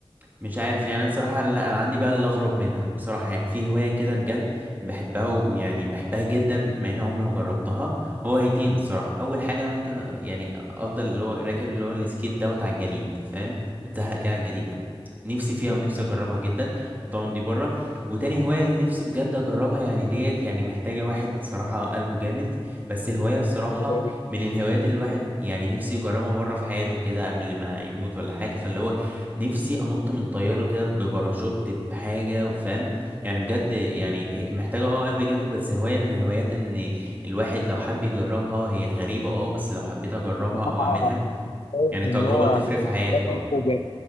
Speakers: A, on the right; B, on the left.
A: مش عارف يعني انا الصراحه لا انا عندي بقى اللي اغرب منها بصراحه يعني في هوايه كده بجد بحبها و- ويعني بحبها جدا مع اني عمري ما جربتها هو هيتين الصراحه اول حاجه أنا ممكن يعني افضل اللي هو راكب اللي هو السكيت دوت على الجليد فاهم تتزحلق كده على الجليد أب- نفسي فيها ونفسي اجربها جدا طبعا دي بره وتاني هوايه اللي نفسي بجد اجربها يعني ديت يعني محتاجه واحد صراحه قلبه جامد بس هوايه الصراحه
B: <laughs>
A: من الهوايات اللي الواحد يعني نفسه يجربها مره في حياته كده قبل ما يموت ولا حاجه فاللي هو نفسي انط من طياره كده بباراشوت بحاجه فاهم يعني بجد يعني محتاجه اه قلب جامد بس هوايه من الهوايات ان الواحد لو حب يجربها هي غريبه اه بس لو حبيت اجربها
B: بصراحة
A: او اعملها
B: شايف
A: يعني تجربه
B: ان هو
A: تفرق في حياتي
B: لا
A: اه
B: تلقوا ب...